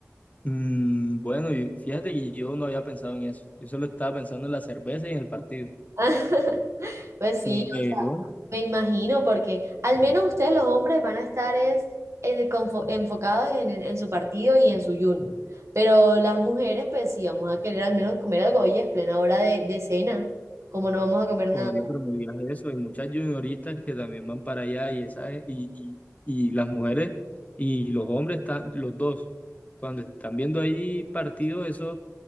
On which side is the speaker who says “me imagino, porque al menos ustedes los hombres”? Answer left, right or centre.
Right